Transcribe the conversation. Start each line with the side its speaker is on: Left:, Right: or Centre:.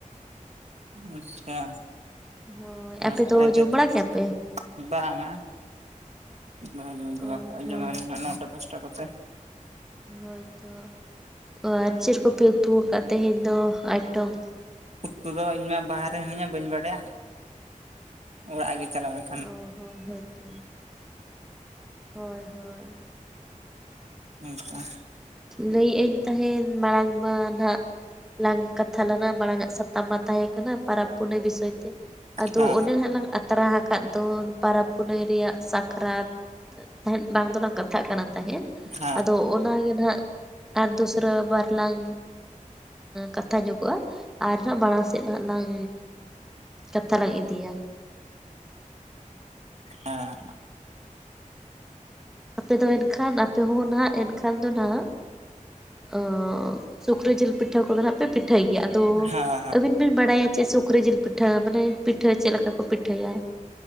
Right: ᱟᱪᱪᱷᱟ
Centre: ᱦᱳᱭ
Right: ᱱᱟᱯᱟᱭ
Centre: ᱟᱯᱮ ᱫᱚ
Right: ᱜᱮᱛᱚ
Centre: ᱡᱚᱢ ᱵᱟᱲᱟ ᱠᱮᱜᱟ ᱯᱮ?
Right: ᱵᱟᱝᱟ, <unintelligible>
Centre: ᱚ ᱦᱚᱸ
Right: ᱡᱚᱢᱟᱞᱮ ᱦᱟᱜ ᱱᱚᱴᱟ ᱫᱚᱥᱴᱟ ᱠᱚᱛᱮ᱾
Centre: ᱦᱳᱭᱛᱚ, ᱟᱨ ᱪᱮᱫ ᱠᱚᱯᱮ ᱩᱛᱩ ᱣᱟᱠᱟᱜ ᱛᱮᱦᱧ ᱫᱚ ᱟᱭᱴᱚᱢ?
Right: ᱩᱛᱩ ᱫᱚ ᱤᱧ ᱢᱟ ᱵᱟᱦᱟᱨᱮ ᱦᱤᱱᱟᱹᱧᱟ ᱵᱟᱹᱧ ᱵᱟᱰᱟᱭᱟ᱾ ᱚᱲᱟᱜ ᱜᱮ ᱪᱟᱞᱟᱣ ᱞᱮᱱ
Centre: ᱚ ᱦᱚᱸ ᱦᱳᱭ ᱛᱚ, ᱦᱳᱭ ᱦᱳᱭ᱾
Right: <inaudible>
Centre: ᱞᱟᱹᱭ ᱤᱭᱟᱹᱧ ᱛᱟᱦᱮᱱ ᱢᱟᱲᱟᱝ ᱢᱟ ᱱᱟᱦᱟᱜ ᱞᱟᱝ ᱠᱟᱛᱷᱟ ᱞᱮᱱᱟ ᱢᱟᱲᱟᱝ ᱟᱜ ᱥᱟᱛᱟᱢ ᱢᱟ ᱛᱟᱦᱮᱸ ᱠᱟᱱᱟ ᱯᱚᱨᱚᱵᱽ ᱯᱩᱱᱟᱹᱭ ᱵᱤᱥᱚᱭ ᱛᱮ᱾ ᱟᱫᱚ
Right: ᱦᱮᱸ
Centre: ᱚᱱᱮ ᱦᱟᱜ ᱞᱟᱝ ᱟᱛᱨᱟ ᱦᱟᱠᱟᱜ ᱫᱚ ᱯᱟᱨᱟᱵᱽ ᱯᱩᱱᱟᱹᱭ ᱨᱮᱭᱟᱜ ᱥᱟᱠᱨᱟᱛ ᱛᱟᱦᱮᱸᱫ ᱵᱟᱝ ᱫᱚᱞᱟᱝ ᱠᱟᱛᱷᱟᱜ ᱠᱟᱱᱟ ᱛᱟᱦᱮᱜᱟ
Right: ᱦᱮᱸ
Centre: ᱟᱫᱚ ᱚᱱᱟᱜᱮ ᱱᱟᱦᱟᱸᱜ ᱟᱨ ᱫᱩᱥᱨᱟᱹ ᱵᱟᱨ ᱞᱟᱝ ᱠᱟᱛᱷᱟ ᱧᱚᱜᱚᱜᱼᱟ, ᱟᱨ ᱦᱟᱜ ᱢᱟᱲᱟᱝ ᱥᱮᱫ ᱦᱟᱜ ᱞᱟᱝ ᱠᱟᱛᱷᱟ ᱞᱟᱝ ᱤᱫᱤᱭᱟ᱾
Right: ᱦᱮᱸ
Centre: ᱟᱯᱮ ᱫᱚ ᱮᱱᱠᱷᱟᱱ ᱟᱯᱮ ᱦᱚᱸ ᱱᱟᱦᱟᱸᱜ ᱮᱱᱠᱷᱟᱱ ᱫᱚ ᱱᱟᱦᱟᱸᱜ ᱚ ᱥᱩᱠᱨᱤ ᱡᱤᱞ ᱯᱤᱴᱷᱟᱹ ᱠᱚᱫᱚ ᱱᱟᱦᱟᱸᱜ ᱯᱮ ᱯᱤᱴᱷᱟᱹᱭ ᱜᱮᱭᱟ, ᱟᱫᱚ
Right: ᱦᱮᱸ ᱦᱮᱸ
Centre: ᱟᱹᱵᱤᱱ ᱵᱤᱱ ᱵᱟᱲᱟᱭᱟ ᱪᱮ ᱥᱩᱠᱨᱤ ᱡᱤᱞ ᱯᱤᱴᱷᱟᱹ ᱢᱟᱱᱮ ᱯᱤᱴᱷᱟᱹ ᱪᱮᱜ ᱞᱮᱠᱟ ᱠᱚ ᱯᱤᱴᱷᱟᱹᱭᱟ?